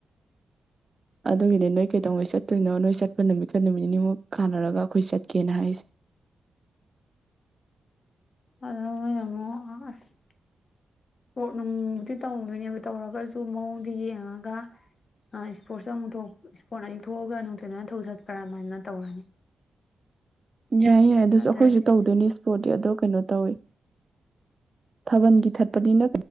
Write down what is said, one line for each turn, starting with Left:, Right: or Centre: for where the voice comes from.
Right: ꯑꯗꯨꯒꯤꯗꯤ ꯅꯣꯏ ꯀꯩ ꯇꯧꯉꯩꯆꯠ ꯆꯠꯇꯣꯏꯅꯣ ꯅꯣꯏ ꯆꯠꯄ ꯅꯨꯃꯤꯠ ꯅꯨꯃꯤꯠ ꯅꯤꯅꯤꯃꯨꯛ ꯀꯥꯟꯅꯔꯒ ꯑꯈꯣꯏ ꯆꯠ ꯀꯦꯅ ꯍꯥꯏꯁꯦ
Left: <unintelligible> ꯑꯁ ꯏꯁꯄꯣꯔꯠ ꯅꯨꯡꯕꯨꯗꯤ ꯇꯧꯗꯣꯏꯅꯦꯕ ꯇꯧꯔꯒꯖꯨ ꯃꯑꯣꯡꯗ ꯌꯦꯡꯉꯒ ꯏꯁꯄꯣꯔꯠꯁ ꯑꯃꯨꯛ ꯏꯁꯄꯣꯔꯠ ꯑꯅꯤ ꯊꯣꯛꯑꯒ ꯅꯨꯡꯊꯤꯜꯗꯅ ꯊꯧꯔꯤ ꯊꯠꯄ꯭ꯔꯥ ꯃꯥꯏꯅ ꯇꯧꯔꯅꯤ
Right: ꯌꯥꯏ ꯌꯥꯏ ꯑꯗꯨꯁꯨ
Left: ꯅꯠꯇ꯭ꯔꯗꯤ
Right: ꯑꯩꯈꯣꯏꯁꯨ ꯇꯧꯗꯣꯏꯅꯤ ꯏꯁꯄꯣꯔꯠ ꯑꯗꯣ ꯀꯩꯅꯣ ꯇꯧꯋꯦ ꯊꯥꯕꯜꯒꯤ ꯊꯠꯄꯅꯤꯅ